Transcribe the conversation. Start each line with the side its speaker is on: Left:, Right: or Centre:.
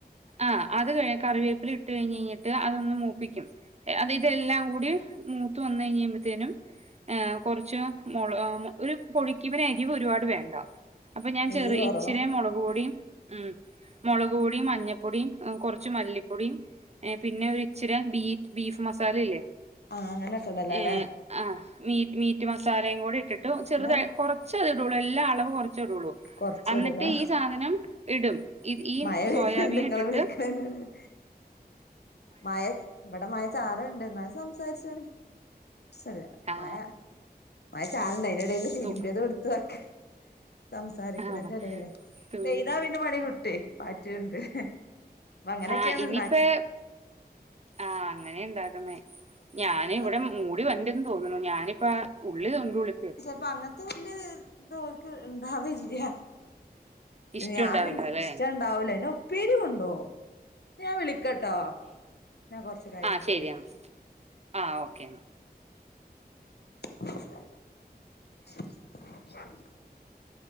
Right: ആ അത് കറിവേപ്പില ഇട്ട് കഴിഞ്ഞ് ഴിഞ്ഞിട്ട് അതൊന്ന് മൂപ്പിക്കും അ ത് ഇതെല്ലാം കൂടി മൂത്ത് വന്നകഴിഞ്ഞപത്തേനും ഏ കുറച്ച് മൊള ഒരു പൊടിക്ക് ഇവന് എരിവ് ഒരുപാട് വേണ്ട അപ്പൊ ഞാൻ
Left: എരിവ്
Right: ചെറു
Left: കുറവാ
Right: ഇച്ചിരി മൊളക്പൊടിയും ഉം മൊളക് പൊടീം മഞ്ഞപ്പൊടീം കൊർച്ച് മല്ലിപ്പൊടിം ഏ പിന്നെ ഒരു ഇച്ചിരി ബീറ്റ് ബീഫ് മസാലയില്ലേ
Left: ആഹ് അങ്ങനൊക്കെ ഇടല്ലൊലേ
Right: ഏ ആ മീറ്റ് മീറ്റ് മസാലയും കൂടി ഇട്ടിട്ട്
Left: ആ മനസ്സിലായി
Right: ചെറുതായി കൊറച്ചത് ഇടുള്ളൂ എല്ലാം അളവ് കൊറച്ച് ഇടുള്ളൂ
Left: കൊറച്ചിടൂലേ
Right: എന്നിട്ട് ഈ സാധനം ഇടും ഇ ഈയ്യും
Left: മഴ വര്ണ്ട്
Right: സോയാബീൻ
Left: ഇങ്ങള്
Right: ഇട്ടിട്ട്
Left: വിളിക്കണേന്റെടേല് മഴ ഇവിടെ മഴ ചാറുനു ണ്ട് എന്നാലും സംസാരിച്ചോളീം വിഷയല്ല
Right: ആ
Left: മഴ മഴ ചാർണ്ടായിനി അയിന്റെടേൽ തിരുമ്പിയതും
Right: തു
Left: എടുത്ത് വക്ക സംസാരിക്കണേന്റെ
Right: ആ
Left: എടെലെ
Right: തുണി
Left: പെയ്താ പിന്നെ പണി കിട്ടുവേ, പാറ്റ്ണ്ട് അപ്പൊ അങ്ങനെയൊക്കെയാണ്
Right: ആഹ് ഇനിപേ
Left: ഇണ്ടാക്ക
Right: ആഹ് അങ്ങനെയാ ഇണ്ടാക്ക്ന്നേ ഞാന്
Left: മഴ
Right: ഇവിടെ മൂടി വണ്ട തോന്നുന്നു ഞാനിപ്പ ഉള്ളി <unintelligible>
Left: ഇപ്പ അങ്ങനത്തെ വല്യ ഇത് ഓൽക്ക് ഇണ്ടാവേല്ല്യ.
Right: ഇഷ്ടം
Left: ഞാൻ
Right: ഉണ്ടാവില്ല
Left: പിന്നെ
Right: അല്ലെ
Left: ഇഷ്ടം ഉണ്ടാവൂല. പിന്ന ഉപ്പേരി കൊണ്ടോവും. ഞാൻ വിളിക്കാട്ടോ. ഞാൻ കൊറച്ച് കഴിഞ്ഞിട്ട്
Right: ആഹ് ശരിയാണ് ആഹ് ഓക്കെ എന്നാ
Left: <inaudible>